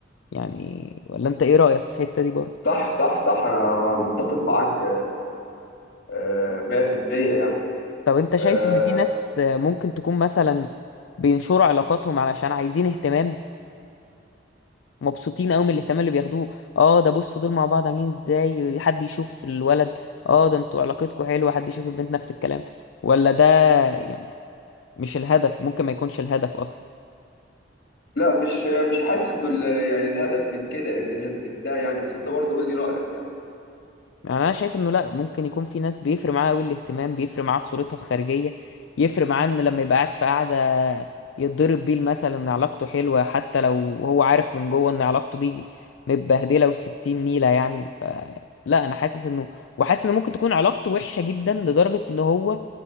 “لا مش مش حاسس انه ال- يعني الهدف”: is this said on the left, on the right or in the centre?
Left